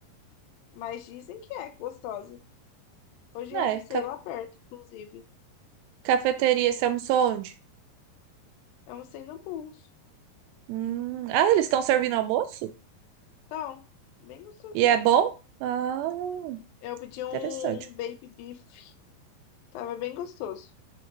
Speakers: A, on the left; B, on the right.
A: mas dizem que é gostosa. Hoje
B: É,
A: eu almocei
B: ca-
A: lá perto, inclusive.
B: cafeteria, você almoçou onde?
A: Eu almocei no Bulls.
B: Hum, Ah, eles estão servindo almoço?
A: Então, bem gostosinho.
B: E é bom? Ah,
A: Eu pedi um
B: interessante.
A: baby beef, tava bem gostoso.